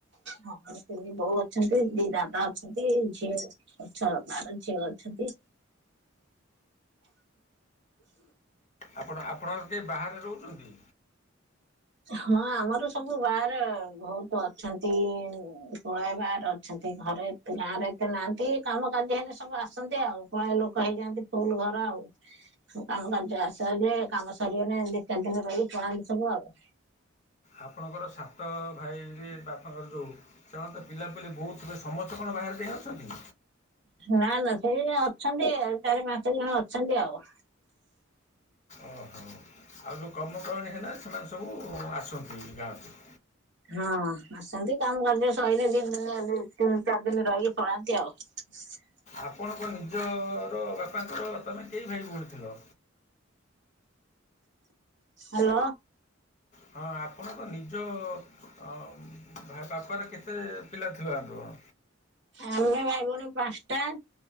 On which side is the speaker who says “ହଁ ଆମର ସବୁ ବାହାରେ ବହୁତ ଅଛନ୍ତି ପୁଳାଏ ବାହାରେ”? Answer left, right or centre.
Right